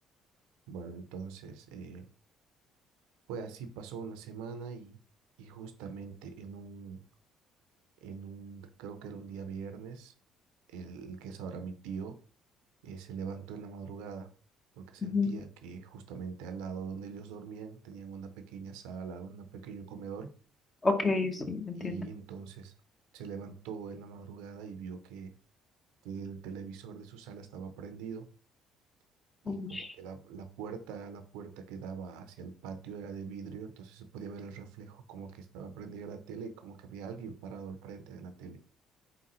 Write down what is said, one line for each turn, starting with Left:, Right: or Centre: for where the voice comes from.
Right: Bueno, entonces, eh, pues así pasó una semana y, y justamente en un, en un, creo que era un día viernes, el, el que es ahora mi tío, eh, se levantó en la madrugada porque sentía
Left: Ujú.
Right: que justamente al lado donde ellos dormían tenían una pequeña sala, un pequeño comedor,
Left: Ok, sí, entiendo.
Right: y entonces se levantó en la madrugada y vio que, que el televisor de su sala estaba prendido y
Left: Ush.
Right: como que la, la puerta, la puerta que daba hacia el patio era de vidrio, entonces se podía ver el reflejo como que estaba prendida la tele y como que había alguien parado al frente de la tele,